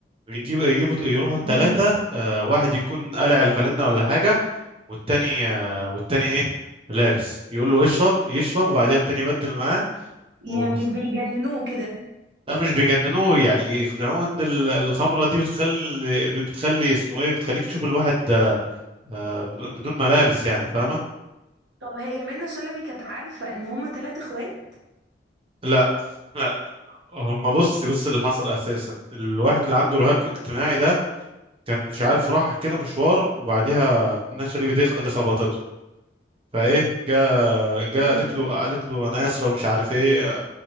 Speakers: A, on the right; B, on the right.
A: يجيب يجيبوا يروحوا الثلاثه
B: امم
A: آه واحد يكون قلع الفالنة ولا حاجه والتاني آه والتاني ايه لابس يقول له اشرب يشرب وبعدها التاني يبدل معاه
B: يعني
A: و...
B: بيجننوه كده
A: لا مش بيجننوه يعني يقنعوه ان ال- الخمره دي بتخلي بتخلي اسمه ايه بتخليك تشوف الواحد آه بدون بدون ملابس يعني فاهمه
B: طب هي منة شلبي كانت عارفة ان هما تلات اخوات
A: لا لا هم بص بص اللي حصل اساسا الواحد اللي عنده رهاب اجتماعي ده كان مش عارف راح كده مشوار وبعديها منى شلبي دي دي خبطته فايه جا جا
B: امم
A: قالت له قالت له انا اسفه ومش عارف ايه آه،